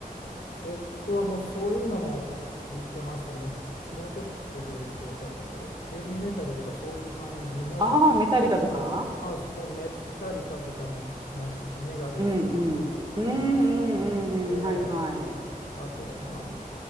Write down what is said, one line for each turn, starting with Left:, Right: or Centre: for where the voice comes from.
Left: 僕はもうそういうのも聞いてましたけど、もうちょっとどう、どう言ったらいいかな、ヘ、ヘビーメタルとかそういう感じの、
Right: ああー、メタリカとか
Left: まあ、そう、メッタリカとかも聞きましたし、メガデスとかも聞きますし、
Right: うんうん。うんうんうんうん、
Left: ええ、
Right: はいはい。
Left: あと、まあ、な、